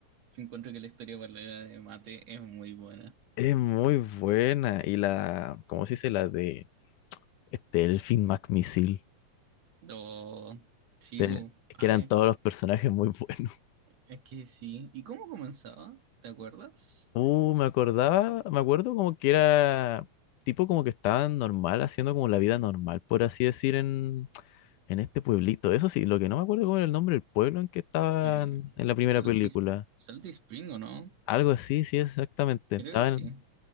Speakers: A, on the right; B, on the left.
A: Yo encuentro que la historia paralela de Mate es muy buena.
B: es muy buena. Y la, ¿cómo se dice? La de este, el Finn McMissile,
A: Oh, sí,
B: de-
A: bu.
B: que
A: Ay,
B: eran todos los personajes muy <laughs> buenos.
A: es que sí. ¿Y cómo comenzaba? ¿Te acuerdas?
B: Uh, me acordaba, me acuerdo como que era tipo como que estaban normal, haciendo como la vida normal, por así decir, en, en este pueblito. Eso sí, lo que no me acuerdo cómo era el nombre del pueblo en que estaban
A: Eh,
B: en la
A: Salty,
B: primera película.
A: Salty Spring, ¿o no?
B: Algo así, sí, exactamente.
A: Creo
B: Estaban,
A: que sí.